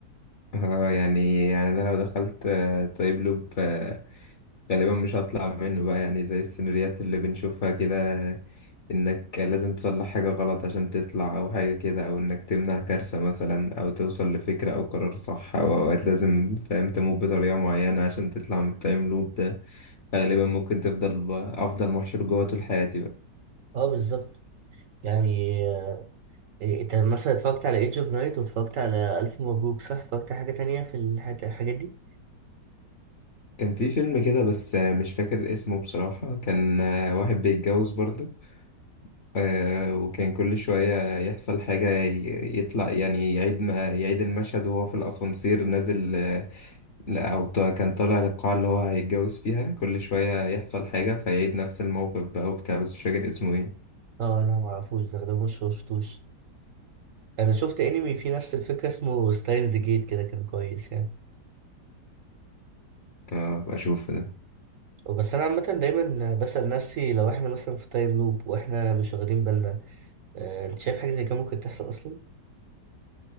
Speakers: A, on the left; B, on the right.
A: <laughs> اه يعني يعني انا لو دخلت آه، تايم لوب آه، غالبا مش هطلع منه بقى يعني زي السيناريوهات اللي بنشوفها كده انك لازم تصلح حاجة غلط عشان تطلع او حاجة كده او انك تمنع كارثة مثلا او توصل لفكرة او قرار صح او اوقات لازم فاهم تموت بطريقة معينة عشان تطلع من التايم لوب ده غالبا ممكن تفضل بقى افضل محشور جوه طول حياتي بقى
B: آه، بالظبط يعني إيه، انت مثلا اتفرجت على ايدج اوف نايت واتفرجت على الف مبروك صح اتفرجت على حاجه تانية في الحاجات, الحاجات دي
A: كان في فيلم كده بس مش فاكر اسمه بصراحة كان واحد بيتجوز برضه آه، وكان كل شوية يحصل حاجة ي- يطلع يعني يعيد ما يعيد المشهد وهو في الأسانسير نازل آه، لا، أو ط- كان طالع للقاعة اللي هو هيتجوز فيها كل شوية يحصل حاجة فيعيد نفس الموقف بقى وبتاع بس مش فاكر اسمه ايه
B: اه انا ما اعرفوش ده ده مش شفتوش انا شفت انمي فيه نفس الفكره اسمه ستاينز جيت كده كان كويس يعني
A: اه بشوفه ده
B: بس انا عامه دايما بسال نفسي لو احنا مثلا في تايم لوب واحنا مش واخدين بالنا آه، انت شايف حاجه زي كده ممكن تحصل اصلا